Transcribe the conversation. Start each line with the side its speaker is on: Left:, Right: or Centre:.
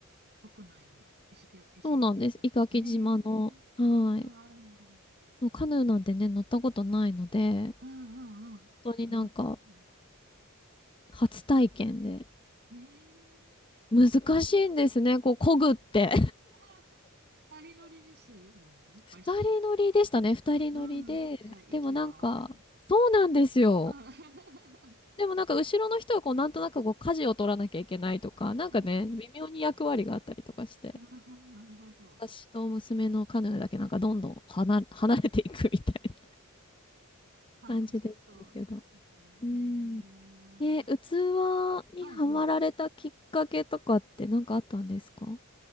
Right: 国内の石垣、石垣で。
Left: そうなんです。伊垣島の、
Right: えー、
Left: はい。
Right: そんなのあるんだ。
Left: もうカヌーなんてね、乗ったことないので、
Right: うんうんうん。
Left: 本当になんか
Right: 楽しそう。
Left: 初体験で、
Right: えー
Left: 難しいんですね、こう、漕ぐって。
Right: ああ、二人乗りですよね。
Left: 二人乗りでしたね。
Right: あれ、一人
Left: 二人乗りで。
Right: ああ、じゃあ、息を合わせないと。
Left: でもなんか、そうなんですよ。
Right: あー
Left: でもなんか後ろの人はこうなんとなくこう舵を取らなきゃいけないとか、
Right: <laughs>
Left: なんかね、
Right: あー、
Left: 微妙に役割があったりとかして、
Right: なるほど、なるほど。
Left: 私と娘のカヌーだけなんかどんどん離、離れていくみたいな
Right: 楽しそうですね。
Left: 感じでしたけど。うん。
Right: へえ。
Left: えー、器にはまられたきっかけとかってなんかあったんですか
Right: はいはい。